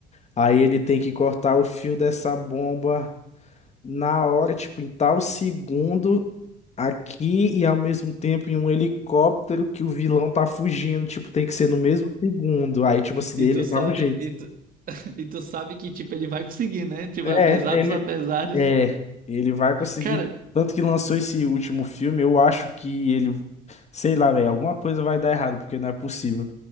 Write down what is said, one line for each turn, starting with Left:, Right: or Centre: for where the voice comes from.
Left: aí ele tem que cortar o fio dessa bomba na hora, tipo, em tal segundo aqui e ao mesmo tempo em um helicóptero que o vilão tá fugindo, tipo, tem que ser no mesmo segundo. Aí, tipo assim,
Right: E
Left: ele
Right: tu sabe,
Left: dá um jeito.
Right: e tu, <laughs> e tu sabe que, tipo, ele vai conseguir, né? Tipo,
Left: É,
Right: apesar
Left: ele
Right: dos apesares.
Left: é, ele vai conseguir.
Right: Cara,
Left: Tanto que lançou esse último filme, eu acho que ele, sei lá, velho, alguma coisa vai dar errado, porque não é possível.